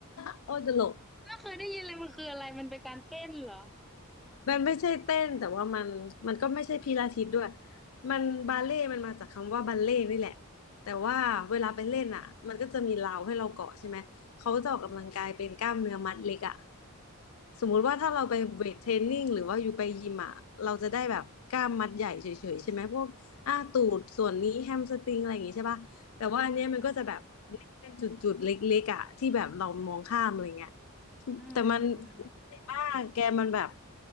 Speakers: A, on the left; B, in the centre.
A: <laughs> โอ้ตลก
B: ไม่เคยได้ยินเลยมันคืออะไรมันเป็นการเต้นเหรอ
A: มันไม่ใช่เต้นแต่ว่ามันมันก็ไม่ใช่พิลาทิสด้วยมันบาเล่ต์มันมาจากคำว่าบัลเล่ต์นี่แหละแต่ว่าเวลาไปเล่นอ่ะมันก็จะมีราวให้เราเกาะใช่ไหมเขาจะออกกำลังกายเป็นกล้ามเนื้อมัดเล็กอ่ะสมมุติว่าถ้าเราไปเวทเทรนนิ่งหรือว่าอยู่ไปยิมอ่ะเราจะได้แบบกล้ามมัดใหญ่เฉยๆใช่ไหมพวกอ่าตูดส่วนนี้แฮมสตริงอะไรอย่างงี้ใช่ป่ะแต่ว่าอันเนี้ยมันก็จะแบบ
B: อืม
A: เป็นจุดๆเล็กๆอ่ะที่แบบเรามองข้ามอะไรเงี้ย
B: อืมอืมอืม
A: แต่มันเหนื่อยมากแกมันแบบ